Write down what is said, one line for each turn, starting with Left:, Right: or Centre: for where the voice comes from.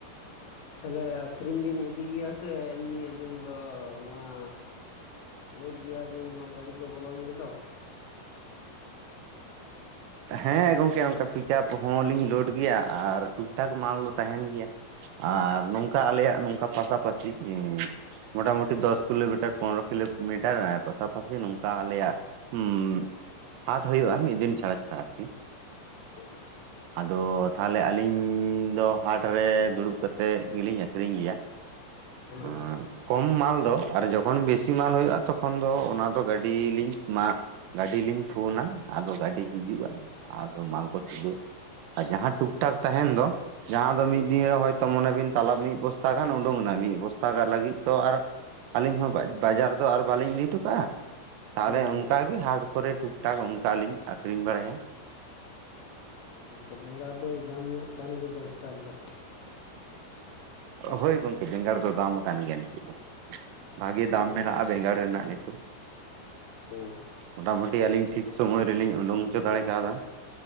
Left: ᱛᱟᱦᱞᱮ ᱟᱹᱠᱷᱨᱤᱧ ᱵᱤᱱ ᱤᱫᱤ ᱜᱮᱭᱟ ᱥᱮ ᱮᱢᱱᱤ ᱟᱵᱤᱱ ᱫᱚ ᱱᱚᱶᱟ ᱞᱳᱰ ᱜᱮᱭᱟᱵᱤᱱ ᱱᱚᱣᱟ ᱜᱟᱹᱰᱤ ᱠᱚ ᱵᱚᱞᱚᱱ ᱜᱮᱫᱚ
Right: ᱦᱮᱸ ᱜᱚᱝᱠᱮ ᱚᱱᱠᱟ ᱯᱤᱠᱟᱯ ᱦᱚᱸᱞᱤᱧ ᱞᱳᱰ ᱜᱮᱭᱟ ᱟᱨ ᱴᱩᱠ ᱴᱷᱟᱠ ᱢᱟᱞ ᱫᱚ ᱛᱟᱦᱮᱱ ᱜᱮᱭᱟ ᱟᱨ ᱱᱚᱝᱠᱟ ᱟᱞᱮᱭᱟᱜ ᱱᱚᱝᱠᱟ ᱯᱟᱥᱟᱯᱟᱥᱤ ᱢᱚᱴᱟᱢᱩᱴᱤ ᱫᱚᱥ ᱠᱤᱞᱳᱢᱤᱴᱟᱨ ᱯᱚᱨᱱᱚ ᱠᱤᱞᱳᱢᱤᱴᱟᱨ ᱯᱟᱥᱟᱯᱟᱥᱤ ᱱᱚᱝᱠᱟ ᱟᱞᱮᱭᱟᱜ ᱦᱩᱸ ᱦᱟᱴ ᱦᱩᱭᱩᱜᱼᱟ ᱢᱤᱫ ᱫᱤᱱ ᱪᱷᱟᱲᱟ ᱪᱷᱟᱲᱟ ᱟᱨᱠᱤ
Left: <inaudible>
Right: ᱟᱫᱚ ᱛᱟᱦᱚᱞᱮ ᱟᱹᱞᱤᱧ ᱫᱚ ᱦᱟᱴᱨᱮ ᱫᱩᱲᱩᱵ ᱠᱟᱛᱮᱫ ᱜᱮᱞᱤᱧ ᱟᱠᱷᱨᱤᱧ ᱜᱮᱭᱟ
Left: ᱦᱮᱸ
Right: <unintelligible>
Left: ᱦᱮᱸ
Right: ᱠᱚᱢ ᱢᱟᱞ ᱫᱚ ᱟᱨ ᱡᱚᱠᱷᱚᱱ ᱵᱮᱥᱤ ᱢᱟᱞ ᱦᱳᱭᱳᱜᱼᱟ ᱛᱚᱠᱷᱚᱱ ᱫᱚ ᱚᱱᱟ ᱫᱚ ᱜᱟᱹᱰᱤᱞᱤᱧ ᱢᱟ ᱜᱟᱹᱰᱤ ᱞᱤᱧ ᱯᱷᱳᱱᱟ ᱟᱫᱚ ᱜᱟᱹᱰᱤ ᱦᱤᱡᱩᱜᱼᱟ ᱟᱫᱚ ᱢᱟᱞ ᱠᱚ ᱛᱩᱫᱟᱹᱜᱼᱟ ᱟᱨ ᱡᱟᱦᱟᱸ ᱴᱩᱠ ᱴᱟᱠ ᱛᱟᱦᱮᱱ ᱫᱚ ᱡᱟᱦᱟᱸ ᱫᱚ
Left: ᱦᱮᱸ
Right: ᱢᱤᱫ ᱫᱤᱱ ᱨᱮ ᱦᱚᱭᱛ ᱢᱚᱱᱮ ᱵᱤᱱ ᱛᱟᱞᱟᱵ ᱢᱤᱫ ᱵᱚᱥᱛᱟ ᱜᱟᱱ ᱩᱰᱩᱠᱮᱱᱟ ᱢᱤᱫ ᱵᱚᱥᱛᱟ ᱜ ᱞᱟᱹᱜᱤᱫ ᱛᱚ ᱟᱨ ᱟᱹᱞᱤᱧ ᱦᱚᱸ ᱵᱟᱡᱟᱨ ᱫᱚ ᱟᱨ ᱵᱟᱹᱞᱤᱧ ᱤᱫᱤ ᱦᱚᱴᱚ ᱠᱟᱜᱼᱟ ᱛᱟᱦᱚᱞᱮ
Left: ᱦᱮᱸ
Right: ᱚᱱᱠᱟᱜᱮ ᱦᱟᱴ ᱠᱚᱨᱮ ᱴᱩᱠᱼ ᱴᱟᱠ ᱚᱱᱠᱟᱞᱤᱧ ᱟᱠᱷᱨᱤᱧ ᱵᱟᱲᱟᱭᱟ
Left: ᱦᱚ ᱛᱚᱵᱮᱸᱜᱟᱲ ᱫᱚ ᱫᱟᱢ ᱧᱚᱜ ᱠᱟᱱ ᱜᱮᱫᱚ ᱱᱮᱛᱟᱨ ᱫᱚ
Right: ᱦᱳᱭ ᱜᱚᱝᱠᱮ ᱵᱮᱸᱜᱟᱲ ᱫᱚ ᱫᱟᱢ ᱠᱟᱱ ᱜᱮᱭᱟ ᱱᱤᱛᱚᱜ ᱫᱚ ᱵᱷᱟᱜᱤ ᱫᱟᱢ
Left: ᱦᱩᱸ
Right: ᱢᱮᱱᱟᱜᱼᱟ ᱵᱮᱸᱜᱟᱲ ᱨᱮᱱᱟᱜ ᱱᱤᱛᱳᱜ
Left: <inaudible>
Right: ᱢᱚᱴᱟᱢᱩᱴᱤ ᱟᱹᱞᱤᱧ ᱴᱷᱤᱠ ᱥᱚᱢᱚᱭ ᱨᱮᱞᱤᱧ ᱩᱰᱩᱝ ᱦᱚᱪᱚ ᱫᱟᱲᱮ ᱠᱟᱣᱫᱟ